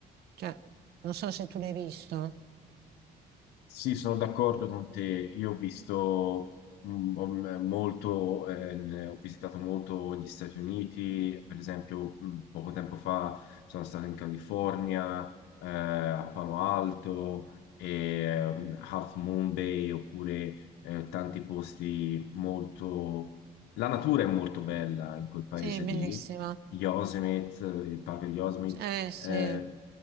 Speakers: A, on the right; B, on the left.
A: cioè, non so se tu l'hai visto.
B: Sì, sono d'accordo con te. Io ho visto mm, ho, mm, molto, eh, ne- ho visitato molto gli Stati Uniti, per esempio, mm, poco tempo fa sono stato in California, eh, a Palo Alto, e, mm, Half Moon Bay, oppure eh, tanti posti molto... La natura è molto bella in quel paese
A: Sì, è bellissima.
B: lì, Yosemite, il parco di Yosemite.
A: Eh sì,
B: eh,